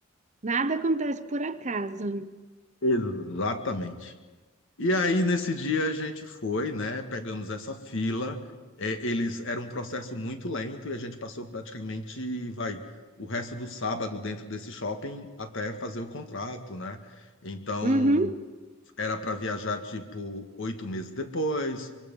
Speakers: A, on the right; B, on the left.
A: nada acontece por acaso.
B: Exatamente. E aí, nesse dia, a gente foi, né? Pegamos essa fila. é, eles era um processo muito lento e a gente passou praticamente, vai, o resto do sábado dentro desse shopping até fazer o contrato, né? Então,
A: Uhum.
B: era para viajar tipo oito meses depois,